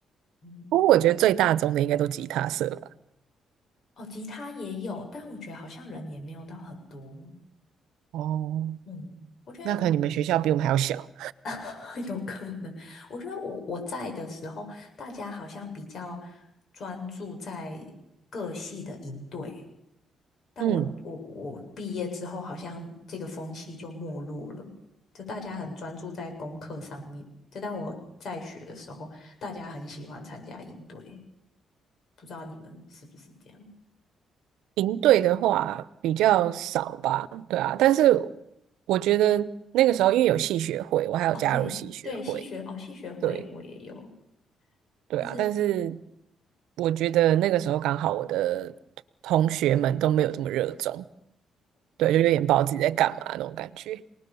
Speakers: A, on the left (about 60°); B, on the right (about 85°).
A: 嗯，
B: 不过我觉得最大宗的应该都吉他社吧。
A: 哦，吉他也有，但我觉得好像人也没有到很多。
B: 哦，
A: 嗯，我觉得我
B: 那可能你们学校比我们还要小。
A: <laughs> 有可能，我觉得我我在的时候，大家好像比较专注在各系的营队。但我我我毕业之后，
B: 嗯，
A: 好像这个风气就没落了，就大家很专注在功课上面。就当我在学的时候，大家很喜欢参加营队，不知道你们是不是这样？
B: 营队的话比较少吧，对啊，但是我觉得那个时候因为有戏学会，我还有加入戏学会，
A: 哦，对对，戏学哦，戏学会我也有，
B: 对对啊，
A: 就是
B: 但是我觉得那个时候刚好我的同学们都没有这么热衷，对，就有点不知道自己在干嘛那种感觉。